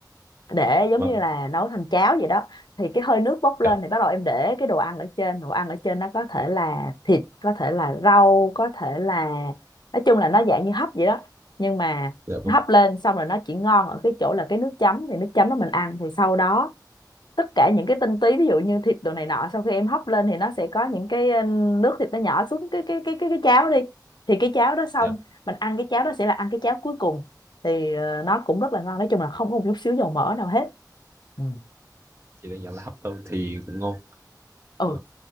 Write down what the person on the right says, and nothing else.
vâng
dạ
dạ vâng
dạ
chị đang nhận là hấp tôm thì cũng ngon
Ờ,